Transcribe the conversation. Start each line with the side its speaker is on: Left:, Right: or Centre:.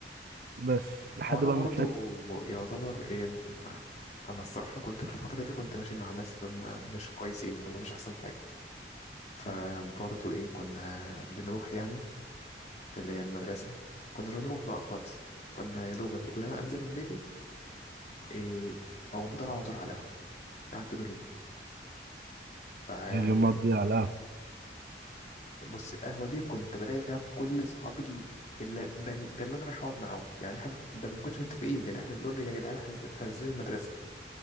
Right: بس لحد
Left: هو انا
Right: بقى
Left: برضو
Right: ما طلعت
Left: يعتبر ايه ما- انا الصراحه كنت في الفتره دي كنت ماشي مع ناس اللي هم مش كويسين اللي هم مش احسن حاجه فبرضو
Right: مم.
Left: ايه كنا بنروح يعني اللي هي المدرسه كناش بنروح بقى خالص كنا يا دوبك اللي انا انزل من بيتي إيه او مطر على طول على القهوه قاعد طول اليوم فيعني
Right: اليومات دي على القهوة
Left: بص القهوة دي كنت بلاقي فيها كل صحابي ال- اللي ده, ده اللي انا رايح اقعد معاهم يعني احنا ب- ده ما بنكونش متفقين اللي احنا بنقول يا جدعان احنا نازلين إحنا نازلين المدرسة